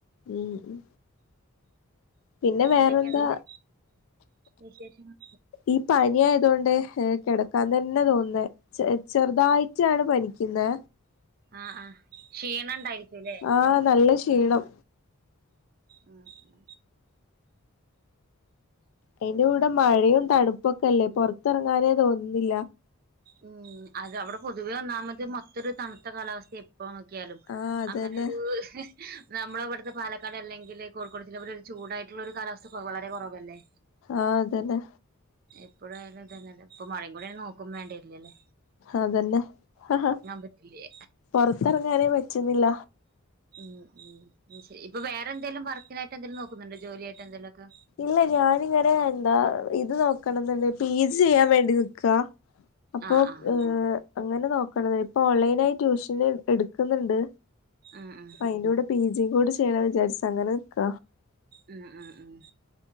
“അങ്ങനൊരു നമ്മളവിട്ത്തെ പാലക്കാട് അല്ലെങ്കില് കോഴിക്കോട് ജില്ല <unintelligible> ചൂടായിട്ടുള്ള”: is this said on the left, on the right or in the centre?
Right